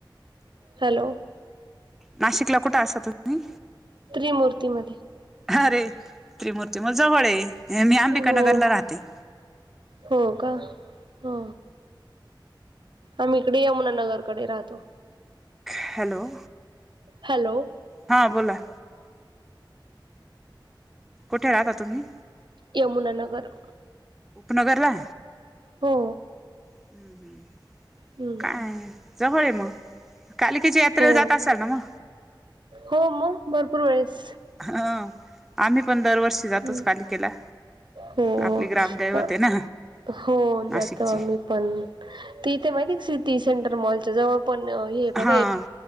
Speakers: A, on the right; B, in the centre.
A: हॅलो!
B: नाशिकला कुठे असता तुम्ही?
A: त्रिमूर्ती मध्ये
B: अरे त्रिमूर्ती मग जवळ आहे मी अंबिका
A: हो
B: नगरला राहते.
A: हो का हो आम्ही इकडे येऊना नगर कडे राहतो
B: हॅलो
A: हॅलो
B: हा बोला कुठे राहता तुम्ही?
A: यमुना नगर.
B: उपनगर ला
A: हो.
B: <inaudible>
A: हम्म.
B: काय जवळ म कालिकेच्या यात्रेला
A: हो
B: जात असाल ना म
A: हो म भरपूर वेळेस
B: ह आम्ही पण दरवर्षी जातोच
A: हम्म.
B: कालिकेला
A: हो
B: आपली ग्रामदैवत
A: ह
B: आहे ना
A: हो
B: नाशिकची
A: जातो आम्ही. पण ते इथे माहिती हाय का सिटी सेंटर मॉलच्या जवळ पण हे बघा
B: हा
A: एक